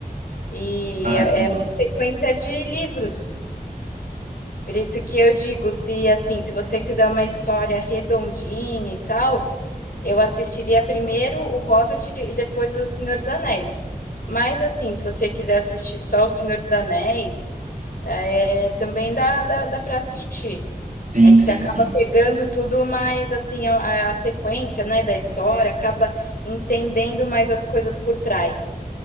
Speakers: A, on the left; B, on the right.
A: E
B: caramba.
A: é, é uma sequência de livros. Por isso que eu digo, se assim, se você quiser uma história redondinha e tal, eu assistiria primeiro O Hobbit e depois O Senhor dos Anéis. Mas assim, se você quiser assistir só O Senhor dos Anéis, é, também dá, dá, dá para assistir.
B: Sim,
A: É que
B: sim,
A: você acaba
B: sim.
A: pegando tudo mais assim, a, a sequência, né, da história, acaba entendendo mais as coisas por trás.